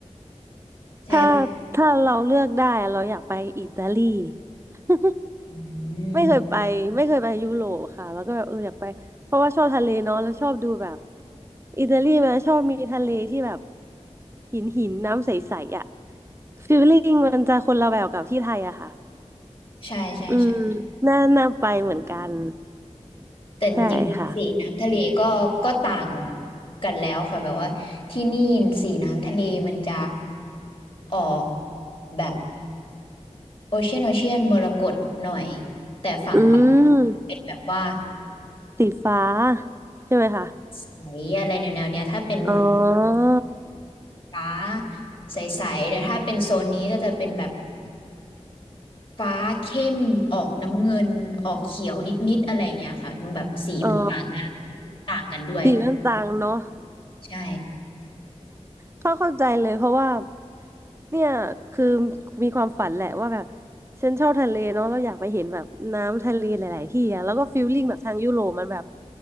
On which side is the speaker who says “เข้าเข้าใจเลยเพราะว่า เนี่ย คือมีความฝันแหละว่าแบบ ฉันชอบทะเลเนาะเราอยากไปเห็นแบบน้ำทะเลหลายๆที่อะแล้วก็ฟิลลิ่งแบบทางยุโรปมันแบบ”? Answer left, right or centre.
Right